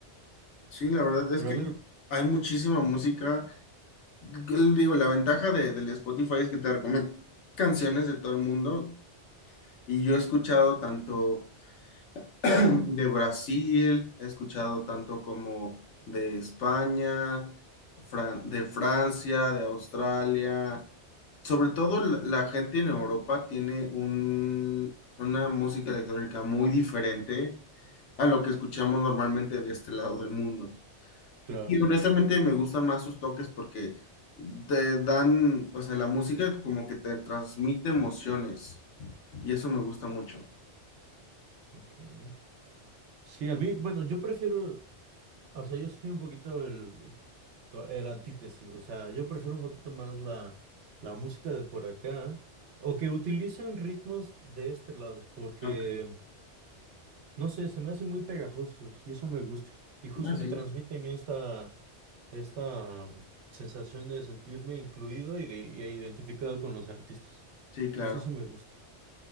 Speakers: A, on the left; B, on the right.
A: Sí, la verdad es
B: Pero
A: que
B: a ver,
A: hay muchísima música. L- Digo, la ventaja de, del Spotify es que te recomienda canciones de todo el mundo. Y yo he escuchado tanto de Brasil, he escuchado tanto como de España, Fran- de Francia, de Australia. Sobre todo la, la gente en Europa tiene un, una música electrónica muy diferente a lo que escuchamos normalmente de este lado del mundo.
B: claro,
A: Y honestamente me gustan más sus toques porque te dan, o sea, la música como que te transmite emociones y eso me gusta mucho.
B: ok. Sí, a mí, bueno, yo prefiero, o sea, yo soy un poquito el, to- el antítesis, o sea, yo prefiero un poquito más la, la música de por acá, o que utilicen ritmos de este lado, porque,
A: Ok,
B: no sé, se me hacen muy pegajosos y eso me gusta. Y justo
A: ah, sí,
B: me transmiten esta esta mm, sensación de sentirme incluido y de y e identificado con los artistas.
A: sí, claro.
B: Entonces eso me gusta.